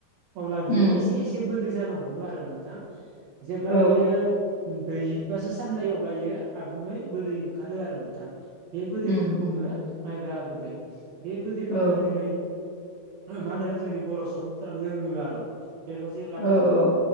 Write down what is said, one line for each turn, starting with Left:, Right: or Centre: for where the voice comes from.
Right: अब्ला बियो
Left: उम
Right: एसे बिदै जानो हमो नोंथां। जेब्ला
Left: औ
Right: बियो। ब्रैजिबासो सान जायो अब्लायो आबुङै बदै ओंखारो आरो नोंथां बे
Left: उम
Right: बेखोनो
Left: उम
Right: बुङो माइब्रा बिदै बे बिदैखौनो
Left: औ औ
Right: दिनै। ओ मा होनो जोंनि बर' सुबुंफोरा लोङो आरो' बेखौ जेब्ला
Left: औ औ